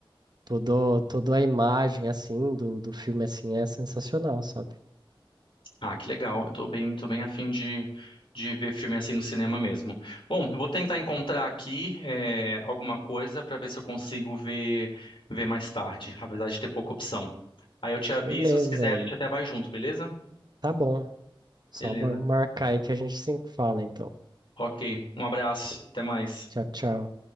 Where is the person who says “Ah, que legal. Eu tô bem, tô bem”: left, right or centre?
Left